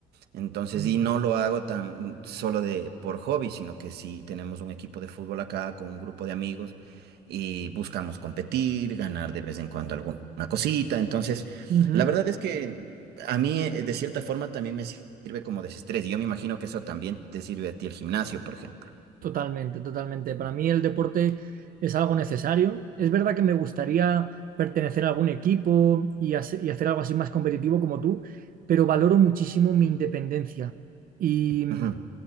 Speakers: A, on the right; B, on the right.
A: entonces,
B: Mm,
A: y no lo hago tan solo de por hobby, sino que sí tenemos un equipo de fútbol acá con un grupo de amigos y buscamos competir, ganar de vez en cuando alguna cosita. Entonces,
B: ujú.
A: la verdad es que a mí eh, de cierta forma también me sirve como desestrés. Y yo me imagino que eso también te sirve a ti el gimnasio, por ejemplo.
B: Totalmente, totalmente. Para mí el deporte es algo necesario. Es verdad que me gustaría pertenecer a algún equipo y, hace- y hacer algo así más competitivo como tú, pero valoro muchísimo mi independencia. Y,
A: Ujú,